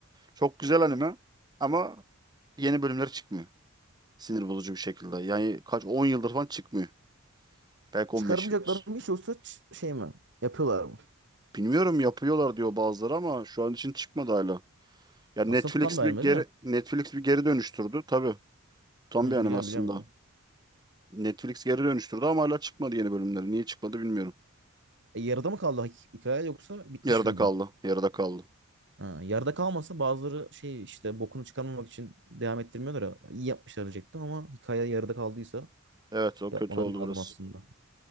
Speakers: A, on the right; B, on the right.
A: çok güzel anime. Ama yeni bölümler çıkmıyor. Sinir bozucu bir şekilde. Yani kaç 10 yıldır falan çıkmıyor. Belki
B: Çıkarımcakları
A: 15 yıldır.
B: mı hiç yoksa ç- şey mi? Yapıyorlar mı?
A: Bilmiyorum yapıyorlar diyor bazıları ama şu an için çıkmadı hala. Ya Netflix
B: Aslında tutan bir anime
A: bir geri
B: de. Hı,
A: Netflix bir geri dönüştürdü. Tabii. Tam
B: biliyorum
A: bir anime aslında.
B: biliyorum.
A: Netflix geri dönüştürdü ama hala çıkmadı yeni bölümleri. Niye çıkmadı bilmiyorum.
B: E, yarıda mı kaldı hik- hikaye yoksa bitmiş
A: Yarıda
B: miydi?
A: kaldı. Yarıda kaldı.
B: Ha, yarıda kalmasa bazıları şey işte bokunu çıkarmamak için devam ettirmiyorlar ya. İyi yapmışlar diyecektim ama hikaye yarıda kaldıysa
A: Evet o
B: yapmaları
A: kötü oldu
B: lazım
A: biraz.
B: aslında.